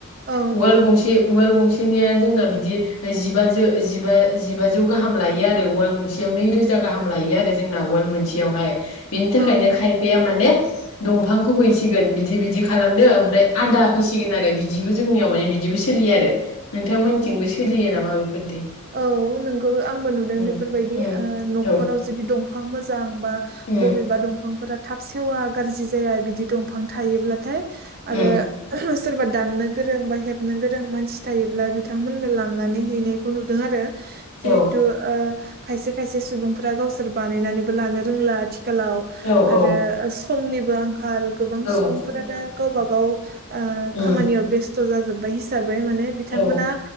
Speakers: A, on the right; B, on the left.
A: औ
B: उवाल गंसे उवाल थिनिया जोंना बिदि ओमफ्राय जिबा जिबा जिबाजौ गाहाम लायो आरो उवाल गंसेयाव नै रोजा गाहाम लायो आरो जोंना उवाल मोनसेयावहाय बिनि थाखायनो
A: औ
B: खायफाया माने दंफांखौ हैसिगोन बिदि बिदि खालामदो ओमफ्राय आदा होसिगोन आरो बिदिबो जोंनियाव माने बिदिबो सोलियो आरो नोंथांमोनथिंबो
A: औ
B: सोलियो नामा? बेफोरदि
A: औ नोंगौ आंबो नुदों
B: उम
A: बेफोरबायदि
B: उम
A: न'खराव
B: औ
A: जुदि दंफां मोजां। बा
B: उम
A: बबेबा दंफांफोरा थाब सेवा गाज्रि जाया बिदि दंफां थायोब्लाथाय आरो
B: उम
A: सोरबा दाननो गोरों बा हेबनो गोरों मानसि। थायोब्ला बिथांमोननो लांनानै हैनायखौ नुदों आरो। जिहेतु
B: औ
A: आ - खायसे खायसे सुबुंफोरा गावसोर बानायनानैबो लानो रोंला आथि खालाव
B: औ
A: आरो
B: औ
A: ओ- सो समनिबो आंखा आखाल गोबां
B: औ
A: सुबुंफोरानो
B: समनि आंखाल
A: गावब
B: ओं
A: गाव ओ-खामानियाव
B: उम
A: बेस्थ' जाजोब। बै साबै मा बिथांमोना।
B: औ